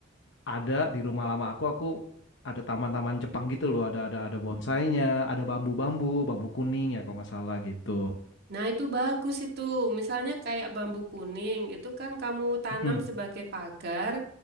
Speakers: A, on the left; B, on the right.
A: ada di rumah lama aku aku ada taman-taman Jepang gitu loh ada ada ada bonsainya ada bambu-bambu bambu kuning ya kalau nggak salah gitu
B: Nah, itu bagus itu. Misalnya kayak bambu kuning, itu kan kamu tanam
A: hmm
B: sebagai pagar,